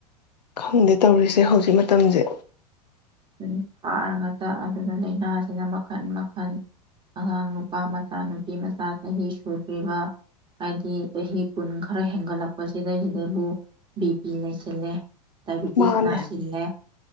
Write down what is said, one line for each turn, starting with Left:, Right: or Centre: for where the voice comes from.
Left: ꯈꯪꯗꯦ ꯇꯧꯔꯤꯁꯦ ꯍꯧꯖꯤꯛ ꯃꯇꯝꯁꯦ
Right: ꯑꯗꯨ ꯍꯠ ꯉꯥꯛꯇꯥ ꯑꯗꯨꯅ ꯂꯥꯏꯅꯥꯁꯤꯅ ꯃꯈꯜ ꯃꯈꯜ ꯑꯉꯥꯡ ꯅꯨꯄꯥ ꯃꯆꯥ ꯅꯨꯄꯤ ꯃꯆꯥ ꯆꯍꯤ ꯁꯨꯗ꯭ꯔꯤꯕ ꯍꯥꯏꯗꯤ ꯆꯍꯤ ꯀꯨꯟ ꯈꯔ ꯍꯦꯟꯒꯠꯂꯛꯄꯁꯤꯗꯩꯁꯤꯗꯕꯨ ꯕꯤ ꯄꯤ ꯂꯩꯁꯤꯜꯂꯦ ꯗꯥꯏꯕꯤꯇꯤꯁ
Left: ꯃꯥꯅꯦ
Right: ꯅꯥꯁꯤꯜꯂꯦ